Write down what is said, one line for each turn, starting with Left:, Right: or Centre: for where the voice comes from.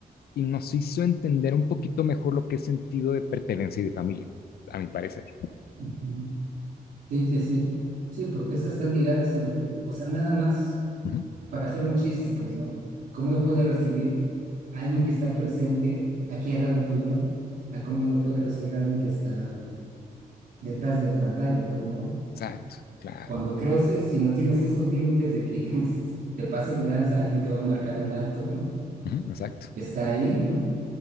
Left: y nos hizo entender un poquito mejor lo que es sentido de pertenencia y de familia, a mi parecer.
Right: ujú, Sí, sí, sí, sí, porque esas están ligadas a lo que, o sea, nada más.
Left: Ujú.
Right: para hacer un chiste, pues, ¿no? ¿Cómo lo puede recibir alguien que está presente aquí al lado tuyo? A cómo lo puede recibir alguien que está detrás de la pantalla, pues, ¿no?
Left: Exacto, claro.
Right: Cuando creces y no tienes esos límites de que <laughs> si te pasas de lanza, alguien te va a marcar un alto, ¿no?
Left: Ujú, Exacto,
Right: Que está ahí, ¿no?